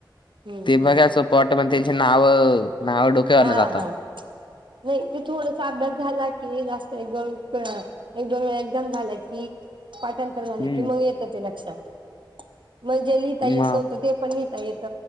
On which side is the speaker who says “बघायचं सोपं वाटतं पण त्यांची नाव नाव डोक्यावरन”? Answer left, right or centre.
Left